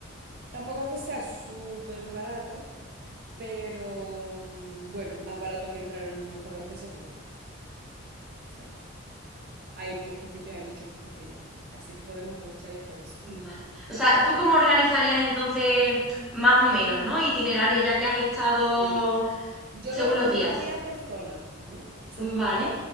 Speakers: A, on the right; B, in the centre.
A: tampoco es que sea súper barato, pero mm, bueno, más barato que entrar en un restaurante seguro. Sí. hay puestecillos, hay muchos puestecillos. Así que podemos aprovechar y hacer eso.
B: Vale. O sea, ¿tú cómo organizarías entonces más o menos, ¿no? Itinerario ya que has estado
A: Sí. Yo
B: según
A: lo organizaría
B: los días.
A: por zonas, ¿no? Pues o sea, primero
B: Vale.